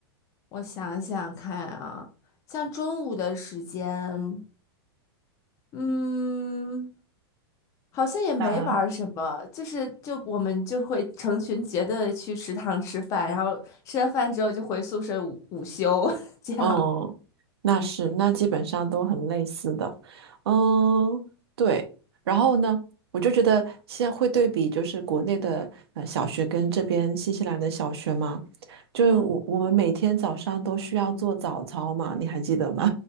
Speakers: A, on the left (about 20°); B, on the right (about 75°).
A: 我想想看啊，像中午的时间，嗯，好像也没玩儿什么，
B: 啊。
A: 就是就我们就会成群结队的去食堂吃饭，然后吃完饭之后就回宿舍午午休 <laughs> 这样。
B: 哦，那是，那基本上都很类似的，嗯，对。然后呢，我就觉得现在会对比，就是国内的呃小学跟这边新西兰的小学嘛，就我我们每天早上都需要做早操嘛，
A: 嗯。
B: 你还记得吗？